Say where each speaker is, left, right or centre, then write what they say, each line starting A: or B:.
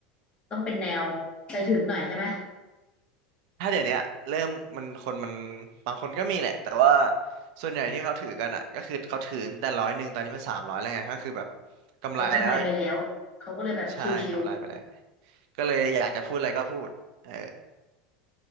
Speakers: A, on the left; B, on the right.
A: ต้องเป็นแนวใจถึงหน่อยใช่ไหม
B: ถ้าเดี๋ยวเนี้ยเริ่มมันคนมัน บางคนก็มีแหละแต่ว่าส่วนใหญ่ที่เขาถือกันอ่ะก็คือเขาถือแต่ร้อยหนึ่งตอนนี้มันสามร้อยแล้วไงก็คือแบบกำไรแล้ว
A: เขากำไรไปแล้วเขาก็เลยแบบชิว
B: ใช่กำไรไปแล้วก็เลยอยากจะพูดอะไรก็พูดเออ